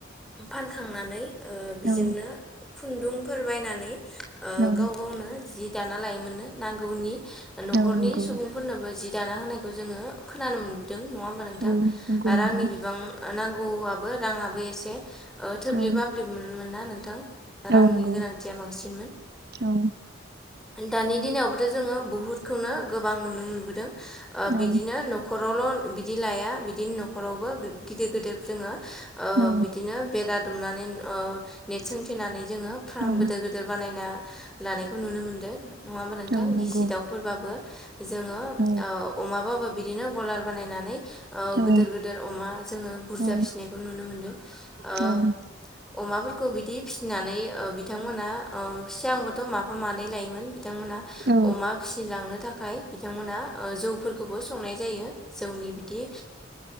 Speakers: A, in the centre; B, on the right (about 55°).
A: फानखांनानै ओह बेजोंनो
B: औ
A: खुन्दुंफोर बायनानै ओह
B: औ
A: गाव गावनो जि दाना लायोमोननो नांगौनि न'खरनि
B: औ नंगौ
A: सुबुंफोरनोबो जि दाना होनायखौ जोङो खोनानो मोनबो नङा होनबा नोंथां
B: औ नंगौ नोंथां
A: रांनि बिबां नांग गौआबो राङाबो एसे ओह थोबलिब
B: औ
A: माब्लिब मोन मोनना नोंथां नोंथां रांनि
B: औ नंगौ
A: गोनांथिया बांसिन
B: औ
A: दानि दिनावबोथ' जोङो बुहुदखौनो गोबां नुनो मोनबोदों ओह
B: औ
A: बिदिनो न'खरावल' बिदि लाया बिदिनो न'खरावबो गो-गिदिर गिदिरबो जोङो ओह
B: औ
A: बिदिनो बेराद दुमनानै ओ नेट सोंथेनानै जोङो फ्राम
B: औ
A: गोदो गो बानायना लानायखौ नुनो मोनदों। नङ होमबा नोंथां
B: औ नंगौ
A: दिसि दाउफोरबाबो जोङो
B: औ
A: ओ अमाबाबो बिदिनो गलार बानायनानै ओ
B: औ
A: गोदोर गोदोर अमा जोङो बुरजा
B: औ
A: फिसिनायखौ नुनो मोनदों ओ
B: औ
A: अमाफोरखौ बिदि फिसिनानै ओ बिथांमोना औ सि आंबोथ' मा मानै लायोमोन बिथांमोनहा
B: औ
A: अमा फिसिलांनो थाखाय बिथांमोना ओ जौ फोरफोरखौबो संनाय जायो जौनि बिदि